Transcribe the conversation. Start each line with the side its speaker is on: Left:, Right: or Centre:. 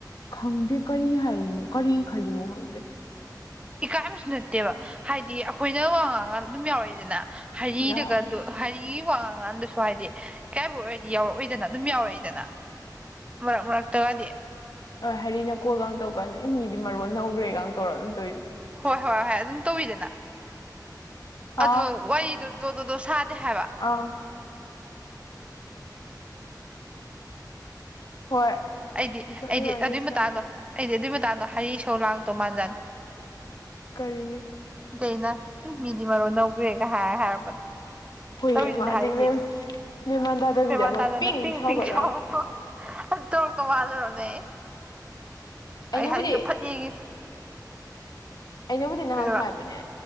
Left: ꯈꯪꯗꯦ ꯀꯔꯤ ꯍꯥꯏꯔꯤꯃꯣ ꯀꯔꯤ ꯈꯜꯂꯤꯃꯣ ꯈꯪꯗꯦ
Right: ꯏꯀꯥꯏꯕꯁꯨ ꯅꯠꯇꯦꯕ ꯍꯥꯏꯗꯤ ꯑꯈꯣꯏꯅ ꯋꯥ ꯉꯥꯡꯒꯥꯟ ꯑꯗꯨꯝ ꯌꯥꯎꯔꯏꯗꯅ ꯍꯔꯤꯗꯒ
Left: ꯌꯥꯎꯋꯦ
Right: ꯑꯗꯣ ꯍꯥꯏ ꯋꯥꯉꯥꯡ ꯀꯥꯟꯗꯁꯨ ꯍꯥꯏꯗꯤ ꯏꯀꯥꯏꯕ ꯑꯣꯏꯔꯗꯤ ꯌꯥꯎꯔꯛꯑꯣꯏꯗꯅ ꯑꯗꯨꯝ ꯌꯥꯎꯔꯛꯏ ꯗꯅ ꯃꯔꯛ ꯃꯔꯛꯇꯒꯗꯤ꯫
Left: ꯑ ꯍ ꯍꯥꯏꯔꯤꯅ ꯀꯣꯒ ꯇꯧꯀꯥꯟꯅꯤ ꯏ ꯃꯤꯗꯤ ꯃꯔꯨꯣꯟ ꯅꯧꯈ꯭ꯔꯦꯒ ꯇꯧꯔ ꯑꯗꯨꯝ ꯇꯧꯏ꯫
Right: ꯍꯣꯏ ꯍꯣꯏ ꯍꯣꯏ ꯑꯗꯨꯝ ꯇꯧꯋꯤꯗꯅ
Left: ꯍꯥꯎ
Right: ꯑꯗꯨ ꯋꯥꯔꯤꯗꯣ꯫ ꯇꯣꯗꯣꯗꯣ ꯁꯥꯗꯦ ꯍꯥꯏꯕ꯫
Left: ꯑꯧ꯫ ꯍꯣꯏ꯫
Right: ꯑꯩꯗꯤ
Left: ꯆꯠꯂꯨꯔꯣꯏ
Right: ꯑꯩꯗꯤ
Left: ꯂꯣꯏꯁꯤꯜꯂꯒꯦ
Right: ꯑꯗꯨꯏ ꯃꯇꯥꯡꯗꯣ ꯑꯩꯗꯤ ꯑꯗꯨꯏ ꯃꯇꯥꯡꯗꯣ ꯍꯔꯤ ꯁꯧ ꯂꯥꯡꯗꯣ ꯃꯥꯟꯖꯥꯅꯤ꯫
Left: ꯀꯔꯤꯒꯤ
Right: ꯀꯩꯅ ꯑꯝ ꯃꯤꯗꯤ ꯃꯔꯣꯟ ꯅꯩꯒꯔꯦꯒ ꯍꯥꯏꯔ ꯍꯥꯏꯔꯛꯄꯗꯣ
Left: ꯍꯨꯏ
Right: ꯇꯧꯔꯤꯗꯨꯅ
Left: ꯑꯃ ꯑꯗꯩ
Right: ꯍꯥꯏꯔꯤꯖꯤ
Left: ꯃꯦꯝ ꯃꯦꯝꯃꯥꯟ ꯇꯥꯗꯕꯤꯗ
Right: ꯃꯦꯃꯥꯟ
Left: ꯑꯃ
Right: ꯇꯥꯗꯅ ꯄꯤꯡ
Left: ꯁꯥꯎꯒꯠꯂ
Right: ꯄꯤꯡ ꯁꯥꯎꯔꯇꯣ ꯐꯝ ꯇꯧꯔꯛꯇꯣ ꯋꯥꯂꯨꯔꯝꯅꯦ ꯑꯩ
Left: ꯑꯩꯅꯕꯨꯗꯤ
Right: ꯑꯩ ꯍꯥꯔꯤꯗ ꯐꯠ ꯌꯦꯡꯉꯤꯟ
Left: ꯑꯩꯅꯕꯨꯗꯤ ꯅꯍꯥꯟ
Right: ꯀꯩꯗꯧꯕ
Left: ꯍꯥꯏꯕꯅꯦ